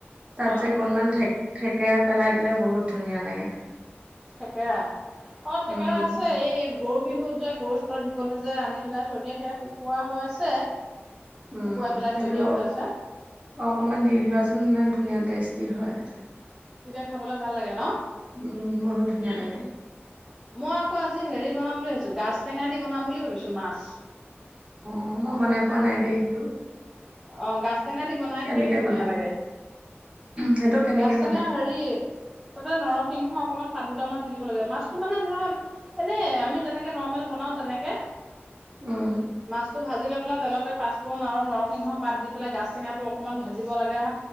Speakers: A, on the right; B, in the centre.
A: তাত
B: অ',
A: যে অকনমান থে থেকেৰা পেলাই দিলে বহুত ধুনীয়া লাগে।
B: থেকেৰা? অ' থেকেৰা
A: উম
B: আছে এই গৰু বিহুত যে গৰু চতত দিবলে যে আনি পেলাই থৈ দিয়ে, সেই শুকোৱা হৈ আছে।
A: উম
B: শুকুৱাই পেলাই
A: সেইটো
B: থৈ দিয়া হৈ আছে।
A: অকমান দি দিবাচোন ইমান ধুনীয়া টেষ্টি হয়।
B: তেতিয়া খাবলৈ ভাল লাগে ন?
A: উম বহুত ধুনীয়া লাগে
B: মই আকৌ আজি হেৰি বনাম বুলি ভাবিছো, গাজ টেঙা দি বনাম বুলি ভাবিছো মাছ।
A: অঁ, মই বনাই পোৱা নাই দেই সেইটো।
B: অঁ, গাজ টেঙা দি বনাই
A: কেনেকে
B: খাইওঁ ধুনীয়া
A: বনাই
B: লাগে,
A: সেইটো কেনেকে
B: গাজ টেঙা
A: বনাই
B: হেৰি তাতে নৰসিংহ অকনমান পাত দুটামান দি দিব লাগে। মাছটো মানে ধৰা এনেই আমি যেনেকে নৰ্মেল বনাওঁ তেনেকে।
A: উম।
B: মাছটো ভাজি লৈ পেলাই তেলতে পাঁচফোৰণ আৰু নৰসিংহ পাত দি পেলাই গাজ টেঙাটো অকনমান ভাজিব লাগে আ,